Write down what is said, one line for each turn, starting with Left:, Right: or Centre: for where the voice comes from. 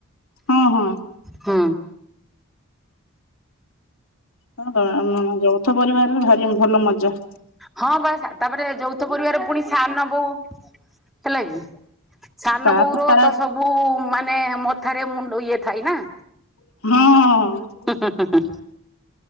Left: ହଁ ହଁ।
Centre: ହୁଁ।
Left: ହଁ ତ ଆମ ଯୌଥ ପରିବାରରେ ଭାରି ଭଲ ମଜା।
Centre: ହଁ ବା ତାପରେ ଯୌଥ ପରିବାର ପୁଣି ସାନ ବୋଉ। ହେଲା କି ସାନ
Left: ତାପରେ
Centre: ବୋଉର
Left: ତା
Centre: ତ ସବୁ ଓ ମାନେ ମଥାରେ ମୁଣ୍ଡ ଇଏ ଥାଇ ନା।
Left: ହଁ।
Centre: ହୁଁ ହୁଁ।